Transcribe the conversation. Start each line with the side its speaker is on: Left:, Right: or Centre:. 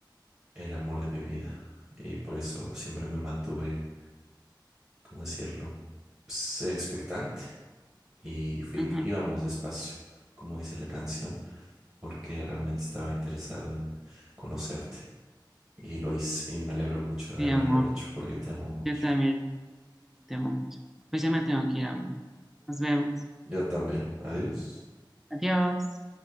Right: el amor de mi vida. Y por eso siempre me mantuve, ¿cómo decirlo? pues, expectante y fui,
Centre: Ujú.
Right: íbamos despacio, como dice la canción, porque realmente estaba interesado en conocerte y lo hice y me alegro mucho
Centre: Sí,
Right: de haberlo
Centre: amor,
Right: hecho porque te amo mucho.
Centre: yo también, yo también te amo mucho. Pues ya me tengo que ir, amor. Nos vemos.
Right: Yo también. Adiós.
Centre: Adiós.